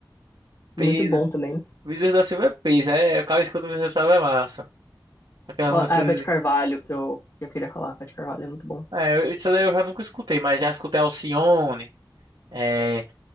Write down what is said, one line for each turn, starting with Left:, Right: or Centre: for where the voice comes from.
Right: peso.
Left: Muito bom também.
Right: Bezerra da Silva é peso. É, o cara escuta o Bezerra da Silva é massa. Aquelas
Left: Ó, A
Right: músicas.
Left: Beth Carvalho, que eu, que eu queria falar, a Beth Carvalho é muito bom.
Right: É, eu- isso daí eu já nunca escutei, mas já escutei Alcione. É,